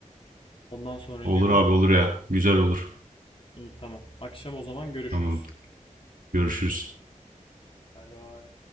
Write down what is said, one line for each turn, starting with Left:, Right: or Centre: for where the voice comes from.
Left: Ondan sonracığıma
Right: Olur abi olur ya. Güzel olur.
Left: iyi tamam. Akşam o zaman görüşürüz.
Right: Tamam. Görüşürüz.
Left: Bay bay.